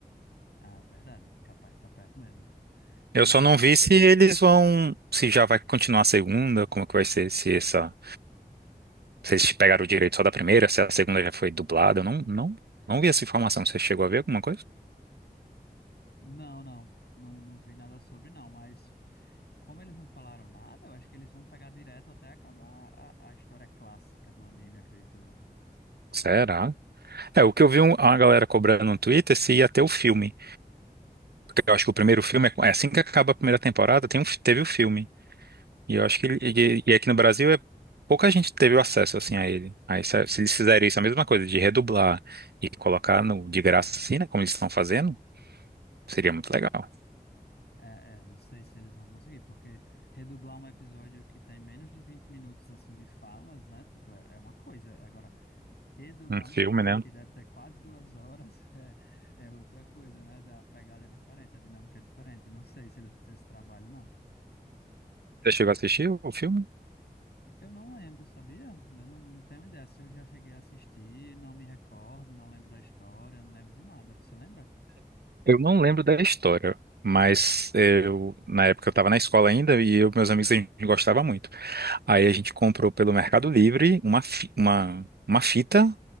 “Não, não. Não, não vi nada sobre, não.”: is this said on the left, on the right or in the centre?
Left